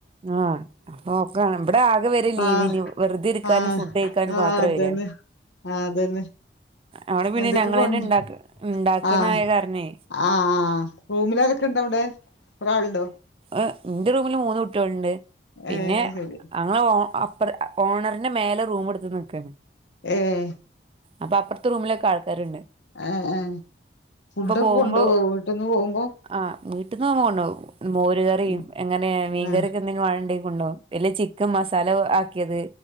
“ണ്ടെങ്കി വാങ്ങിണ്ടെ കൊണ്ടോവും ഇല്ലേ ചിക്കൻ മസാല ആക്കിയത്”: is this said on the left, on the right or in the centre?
Right